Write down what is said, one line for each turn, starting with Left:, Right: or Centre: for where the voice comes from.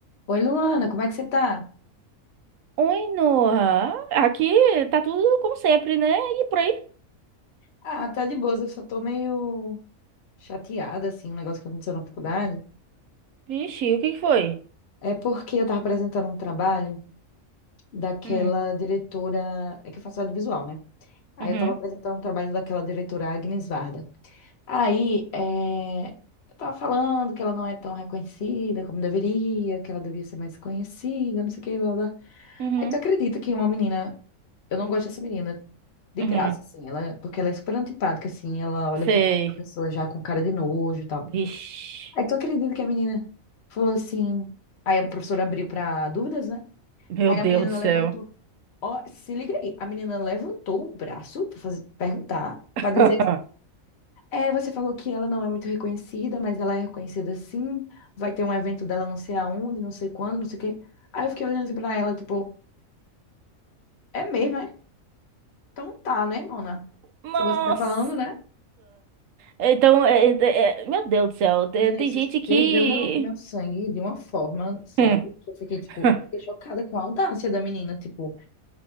Left: Oi, Luana, como é que você tá?
Right: Oi, Noah. Aqui tá tudo como sempre, né? E por aí?
Left: Ah, tá de boas, eu só tô meio chateada, assim, um negócio que aconteceu na faculdade.
Right: Vixe, o que que foi?
Left: É porque eu tava apresentando um trabalho daquela
Right: Hum,
Left: diretora. É que eu faço audiovisual, né? Aí
Right: uhum,
Left: eu tava apresentando um trabalho daquela diretora Agnes Varda. Aí, eh, eu tava falando que ela não é tão reconhecida como deveria, que ela devia ser mais conhecida, não sei o que, blá, blá.
Right: uhum,
Left: Aí tu acredita que uma menina Eu não gosto dessa menina de
Right: uhum.
Left: graça, assim, ela, porque ela é super antipática, assim, ela olha
Right: Sei.
Left: pra cara da pessoa já com cara de nojo e tal.
Right: Vixe,
Left: Aí tu acredita que a menina falou assim, aí a professora abriu pra dúvidas, né?
Right: meu
Left: Aí
Right: Deus
Left: a menina
Right: do céu.
Left: levantou, ó, se liga aí, a menina levantou o braço pra fazer, perguntar,
Right: <laughs>
Left: pra dizer, é, você falou que ela não é muito reconhecida, mas ela é reconhecida sim, vai ter um evento dela não sei aonde, não sei quando, não sei o quê. Aí eu fiquei olhando assim pra ela, tipo, é mesmo, é? Então tá, né, mona?
Right: Nossa.
Left: Se você tá falando, né?
Right: Então, é- é- é- meu Deus do céu, te-
Left: Nina,
Right: tem,
Left: isso
Right: gente que.
Left: ferveu meu, meu sangue de uma forma, sabe?
Right: Hum.
Left: Que eu fiquei, tipo,
Right: <laughs>
Left: fiquei chocada com a audácia da menina. Tipo,